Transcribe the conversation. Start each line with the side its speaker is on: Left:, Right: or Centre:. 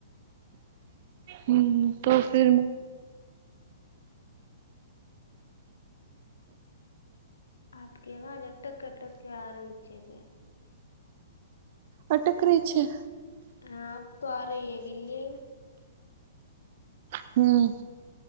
Right: હમ તો ફિર મે
Left: આપકેવા અટકટકે આ રહી છેે.
Right: અટકરી છે.
Left: હા આપ તો આ રહી <unintelligible>
Right: હમ્મ